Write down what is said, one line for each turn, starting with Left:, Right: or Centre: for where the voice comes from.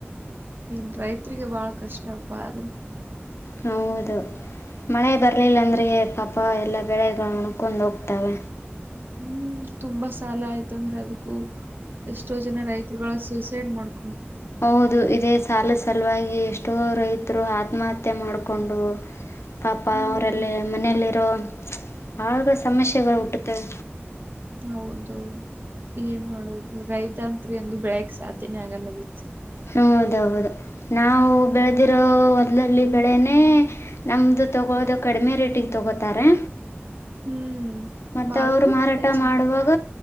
Right: ಇನ್ ರೈತ್ರಿಗೆ ಬಾಳ ಕಷ್ಟಪ್ಪ ಆದ್ರು.
Left: ಹೌದು. ಮಳೆ ಬರ್ಲಿಲ್ಲ ಅಂದ್ರೆ ಪಾಪ ಎಲ್ಲ ಬೆಳೆಗಳು ಒಣಕೊಂಡ್ ಹೋಗ್ತಾವ.
Right: ಹ್ಮ್ ತುಂಬಾ ಸಾಲ ಆಯ್ತು ಅಂದ್ರೆ ಅದ್ಕೂ ಎಷ್ಟೋ ಜನ ರೈತ್ರ್ಗಳ ಸ್ಯೂಸೈಡ್ ಮಾಡ್
Left: ಹೌದು ಇದೇ ಸಾಲದ್ ಸಲುವಾಗಿ ಎಷ್ ಷ್ಟು ರೈತರು ಆತ್ಮಹತ್ಯೆ ಮಾಡ್ಕೊಂಡು ಪಾಪ
Right: ಹ್ಮ್
Left: ಅವರಲ್ಲಿ ಮನೇಲಿರೋ ಆಗ ಸಮಸ್ಯೆಗಳು ಹುಟ್ಟುತ್ತವ್.
Right: ಹೌದೌದು ಏನ್ ಮಾಡೋದು ರೈತಾಂತ್ರಿ ಎಂದು ಬೆಳೆಯಕ್ ಸಾಧ್ಯ ತೆನು ಆಗಲ್ಲಗ್
Left: ಹೌದೌದು ನಾವು ಬೆಳೆದಿರೋ ಹೊಲದಲ್ಲಿ ಬೆಳೆನೇ ನಮ್ದು ತಗೊಳೋದು ಕಡಿಮೆ ರೇಟಿಗೆ ತಗೋತಾರೆ.
Right: ಹ್ಮ್
Left: ಮತ್ತೆ
Right: ಮಾರೋದು
Left: ಅವರು ಮಾರಾಟ
Right: ಹೆಚ್ಚು
Left: ಮಾಡುವಾಗ